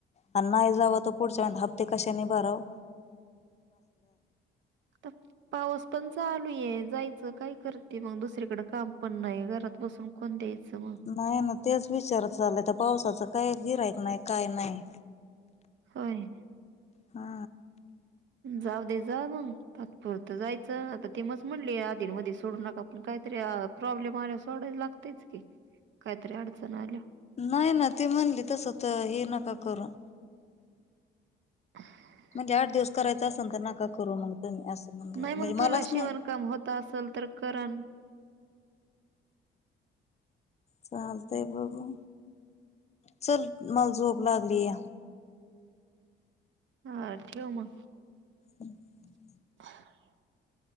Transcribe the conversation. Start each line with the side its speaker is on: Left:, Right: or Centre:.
Left: आणि नाही जाव त पुढच्या हप्ते कशा निभराव
Right: तर पाऊस पण चालू आहे जायचं काय करते मग दुसरीकडे काम पण नाही घरात बसून कोण द्यायचं मग
Left: नाही ना तेच विचार चालय तर पावसाचं काय गिरायक नाही काय नाही
Right: होय
Left: हा
Right: जाऊ दे जा मग तात्पुरत जायचं आता ते मच म्हणली आधी मध्ये सोडू नका आपण काय तरी प्रॉब्लेम आल्या सोडा लागतेच की काहीतरी अडचण आल्या
Left: नाही ना ते म्हणली तस तर हे नका करून
Right: मछैयढघझ
Left: म्हणजे आठ दिवस करायच असेल तर नका करू मग तम्ही असं म्हण म्हणजे
Right: नाही मग तुला
Left: मलाच
Right: शिवणकाम
Left: नाही
Right: होत असेल तर करण
Left: चालतय बघू चल मला झोप लागली या
Right: हा ठेव मग
Left: हम्म.
Right: <unintelligible>